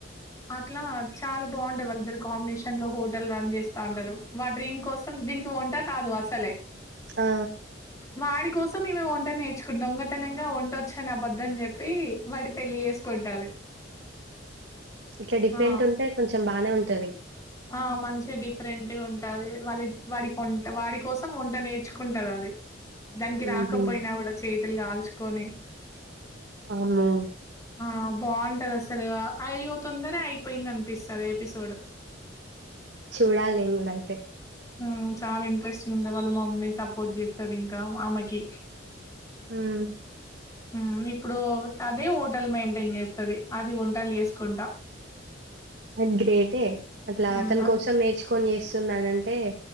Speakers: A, on the left; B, on the right.
A: అట్లా చాలా బాంట వాళ్ళిద్దరు కాంబినేషన్ లో హోటల్ రన్ చేస్తా ఉంటారు వాడ్ డ్రీమ్ కోసం దీనికి వొంట రాదు అసలే
B: ఆ
A: వాడి కోసం ఈమే వంట నేర్చ దొంగతనంగా వంట వచ్చని ఆబద్ధం చెప్పి వాన్నీ పెళ్లి చేసుకుంటది
B: ఇట్లా డిఫరెంట్
A: ఆ
B: ఉంటే కొంచెం బానే ఉం టది
A: ఆ మంచిగా డిఫరెంట్ ఉంటది వాళ్ళ వాడి వంట వాడి కోసం వంట నేర్చుకుంటది అది దానికి
B: హుహు.
A: రాకపోయినా కూడ చేతులు కాల్చుకొని
B: వామ్మో!
A: ఆ బాంటది అసలు అయ్యో తొందర అయిపోయింది అనిపిస్తది ఎపిసోడు
B: చూడాలి నేను గూడ అయితే
A: హ్మ్ చాలా ఇంట్రెస్టింగ్ ఉంది వాళ్ళ మామ్మీ సపోర్ట్ చేస్తది ఇంకా ఆమెకి
B: హ్మ్.
A: హ్మ్ ఇప్పుడు అదే హోటల్ మెయి చేస్తది అది వంటలి చేసుకుంటా
B: అ గ్రేటే అట్లా
A: హ్మ్,
B: అతని
A: అన్
B: కోసం నేర్చుకొని చేస్తుందనంటే